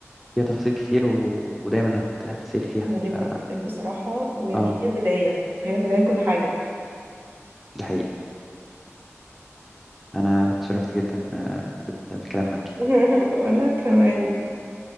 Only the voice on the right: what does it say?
مهمه
جدا بصراحه ويعني
هي البدايه هي البدايه كل حاجه
<laughs> وانا كمان